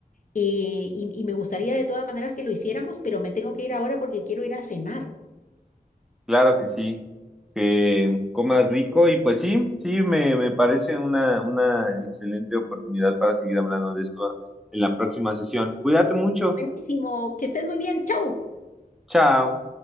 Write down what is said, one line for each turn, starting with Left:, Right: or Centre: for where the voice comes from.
Left: eh, y, y me gustaría de todas maneras que lo hiciéramos, pero me tengo que ir ahora porque quiero ir a cenar.
Centre: Claro que sí, que comas rico y pues sí, sí, me, me parece una, una excelente oportunidad para seguir hablando de esto en la próxima sesión. Cuídate mucho.
Left: Buenísimo, que estés muy bien. Chau.
Centre: Chao.